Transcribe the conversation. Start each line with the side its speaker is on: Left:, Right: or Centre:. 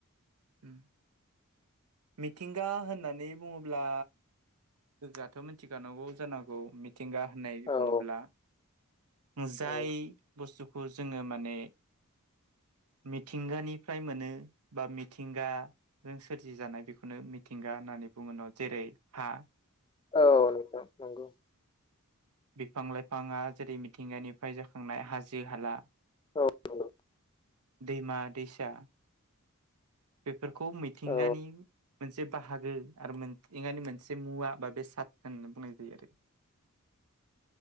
Right: उम मिथिंगा होननानै बुङोब्ला लोगोआथ' मिथिखानांगौ जानांगौ मिथिंगा होननाय
Left: औ
Right: बुङोब्ला। जाय
Left: औ
Right: बुस्थुखौ जोङो माने मिथिंगानिफ्राय मोनो बा मिथिंगा जों सोरजि जानाय बेखौनो मिथिंगा होननानै बुङो न जेरै हा
Left: औ नोंथां नंगौ
Right: बिफां लाइफाङा जेरै मिथिंगानिफ्राय जाखांनाय हाजो हाला
Left: औ नंगौ
Right: दैमा दैसा बेफोरखौ मिथिंगानि
Left: औ
Right: मोनसे बाहागो आरो मिथिंगानि मोनसे मुवा बा बेसा सात होननानै बुंनाय जायो आरो
Left: <inaudible>